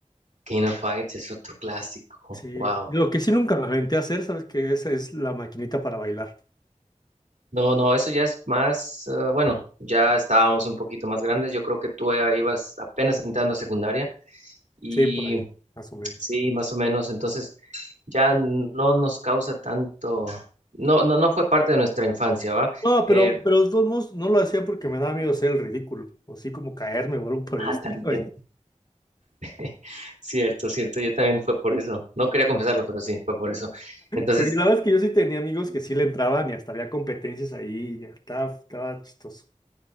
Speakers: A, on the right; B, on the left.
A: King of Fights es otro clásico.
B: Sí,
A: Wow.
B: lo que sí nunca me aventé a hacer, ¿sabes que Esa es la maquinita para bailar.
A: No, no, eso ya es más, eh, bueno, ya estábamos un poquito más grandes. Yo creo que tú eh, ibas apenas entrando a secundaria y
B: Sí, por ahí, más o menos.
A: sí, más o menos. Entonces ya n- no nos causa tanto, no, no, no fue parte de nuestra infancia, ¿va?
B: No,
A: Eh,
B: pero, pero de todos modos no lo hacía porque me daba miedo ser el ridículo, o así como caerme o algo por
A: ah,
B: el <laughs> estilo
A: también.
B: ahí.
A: <laughs> Cierto, cierto. Yo también fue por eso. No quería confesarlo, pero sí, fue por eso. Entonces,
B: Porque la verdad es que yo sí tenía amigos que sí le entraban y hasta había competencias ahí, ya estaba, estaba chistoso.